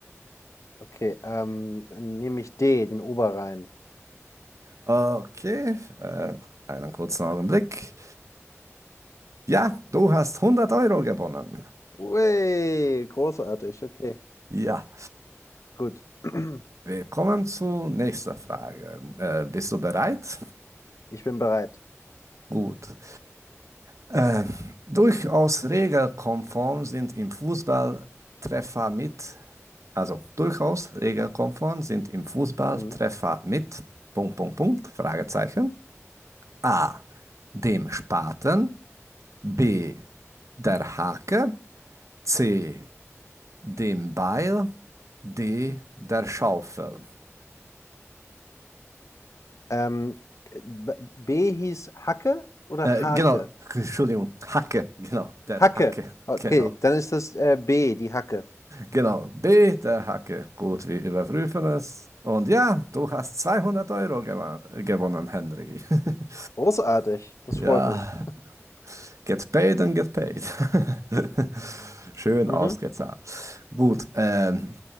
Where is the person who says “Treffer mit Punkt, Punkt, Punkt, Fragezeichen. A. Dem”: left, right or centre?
Right